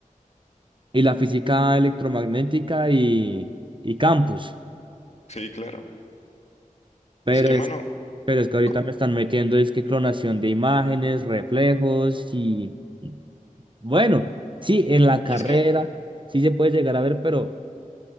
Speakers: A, on the right (about 35°); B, on the left (about 50°).
A: y la física electromagnética y, y campos.
B: sí, claro.
A: Pero
B: Es que,
A: es,
B: mano,
A: pero es que ahorita
B: co-
A: me están metiendo, es que clonación de imágenes, reflejos y... Bueno, sí, en la carrera
B: y es que
A: sí se puede llegar a ver, pero